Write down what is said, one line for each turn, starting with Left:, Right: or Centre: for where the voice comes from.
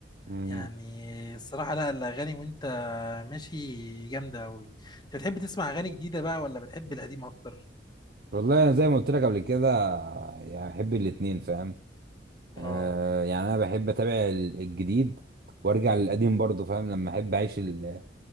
Right: امم
Left: يعني الصراحة لا الأغاني وأنت ماشي جامدة أوي أنت بتحب تسمع أغاني جديدة بقى ولا بتحب القديم أكتر؟
Right: والله أنا زي ما قلت لك قبل كده يعني بحب الاتنين فاهم
Left: اه
Right: آه يعني انا بحب اتابع ال- الجديد وارجع للقديم برضه فاهم لما احب اعيش ال-